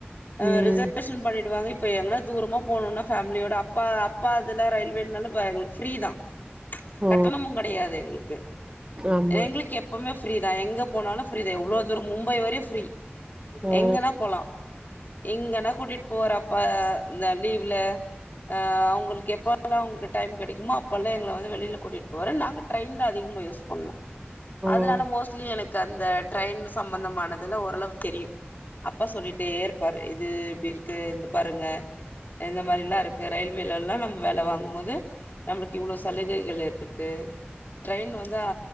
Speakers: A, on the left; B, on the right.
A: அ
B: ம்
A: ரிசர்வேஷன் பண்ணிடுவாங்க இப் ப எங்கனா தூரமா போணுன்னா ஃபேமிலியோட அப்பா அப்பா அதெலா ரயில்வேனால வ எங்களுக் ஃப்ரீ தா
B: ஓ
A: கட்டணமுங் கெடையாது எங்ளுக்கு,
B: ஆமா
A: எங்ளுக்கெப்பவ்மே ஃப்ரீதா எங்க போனாலு ஃப்ரீதே எவ்ளோ தூரம் மும்பை வரையு ஃப்ரீ
B: ஓ
A: எங்கனா போலா எங்கன்னா கூட்டிட் போறப்ப இந்த லீவ்ல ஆ அவுங்கள்க்கு எப்பால்ல அவ்ங் டைம் கெடைக்குமோ அப்பல்லா எங்ள வந்து வெளில கூட்டிட் போவரு நாங்க ட்ரெயின் த அதிகமா யூஸ் பண்ணு அதனால
B: ஓ
A: மோஸ்ட்லி எனக் கந்த ட்ரெயின் சம்பந்தமானதுல ஒரள தெரியு அப்பா சொல்லிட்டேருப்பாரு இது இப்டிருக்கு இந்த பாருங்க எந்த மாரிலாருக் க ரயில்வேலல்லா நம்ம வேல வாங்கும்மோது நம்ளுக்கு இவ்ளோ சலுகைகள் இருக்கு ட்ரெயின் வந்து